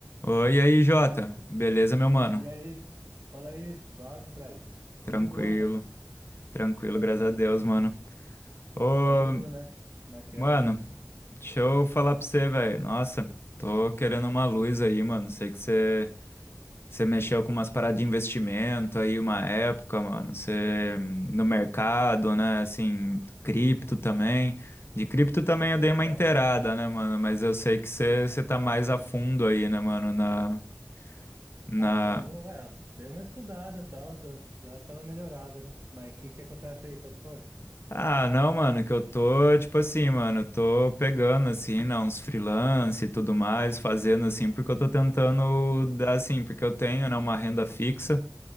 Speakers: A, on the left; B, on the right.
A: Oi, e aí, Jota. Beleza, meu mano?
B: E aí? Fala aí, suave, Fred?
A: Tranquilo,
B: Tô de boa, mano.
A: tranquilo,
B: Tô,
A: graças
B: tô.
A: a Deus, mano. Ô,
B: Tamo indo, né? Naquela.
A: mano, deixa eu falar pra você, velho. Nossa, tô querendo uma luz aí, mano. Sei que você você mexeu com umas paradas de investimento aí uma época, mano. Você no mercado, né? Assim, cripto também. De cripto também
B: Ah, pode
A: eu dei uma
B: pá.
A: inteirada, né, mano? Mas eu sei que você
B: Sim.
A: você tá mais a fundo aí, né, mano, na. na,
B: Ah, tamo. É, dei uma estudada e tal, tô, deu aquela melhorada, né? Mas o que que acontece aí? Qual que foi?
A: Ah, não, mano, que eu tô, tipo assim, mano, eu tô pegando, assim, né, uns freelance e tudo mais, fazendo, assim,
B: Sim.
A: porque eu tô tentando dar, assim, porque eu tenho, né, uma renda fixa,